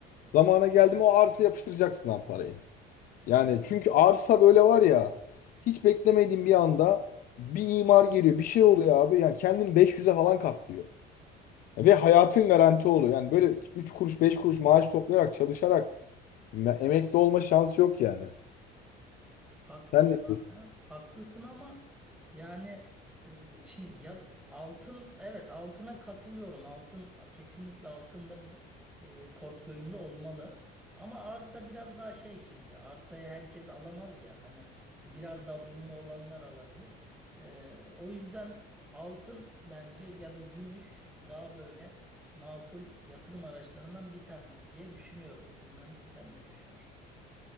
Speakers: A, on the left (about 50°); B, in the centre.
A: Zamana geldi mi o arsa yapıştıracaksın abi parayı. Yani çünkü arsa böyle var ya hiç beklemediğin bir anda bir imar geliyor, bir şey oluyor abi. Yani kendini 500'e falan katlıyor. Ve hayatın garanti oluyor. Yani böyle 3 kuruş 5 kuruş maaş toplayarak çalışarak me- emekli olma şansı yok yani.
B: Haklısın
A: Sen ne
B: abi, haklısın ama yani e, şimdi ya altın evet altına katılıyorum. Altın kesinlikle altında bir e, portföyünde olmalı. Ama arsa biraz daha şey şimdi. Arsayı herkes alamaz ya. Hani biraz daha durumu olanlar alabilir. E, o yüzden altın bence ya da gümüş daha böyle makul yatırım araçlarından bir tanesi diye düşünüyorum. Bilmem sen ne düşünürsün?